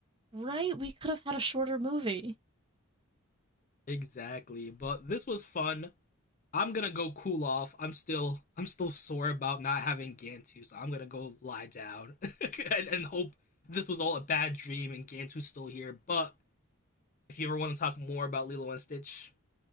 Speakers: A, on the right (about 20°); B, on the left (about 35°).
A: Right? We could have had a shorter movie.
B: Exactly. But this was fun. I'm gonna go cool off. I'm still I'm still sore about not having Gantu, so I'm gonna go lie down <laughs> and, and hope this was all a bad dream and Gantu's still here. But if you ever want to talk more about Lilo and Stitch,